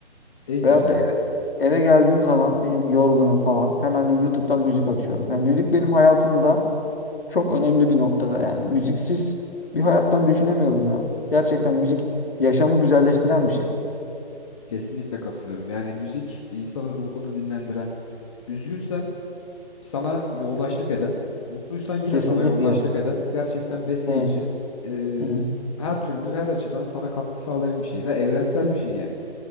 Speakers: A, on the left (about 30°); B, on the left (about 60°).
A: En
B: Veyahut
A: güzeli.
B: da eve, eve geldiğim zaman diyelim ki yorgunum falan hemen bir YouTube'dan müzik açıyorum. Yani müzik benim hayatımda çok önemli bir noktada yani. Müziksiz bir hayattan düşünemiyorum ya. Gerçekten müzik yaşamı güzelleştiren bir şey.
A: Kesinlikle katılıyorum. Yani müzik insanın ruhunu dinlendiren, üzgünsen sana yoldaşlık eden, mutluysan yine
B: Kesinlikle.
A: sana yoldaşlık eden gerçekten besleyici,
B: Evet.
A: e,
B: Hı hı.
A: her türlü her açıdan sana katkı sağlayan bir şey ve evrensel bir şey yani.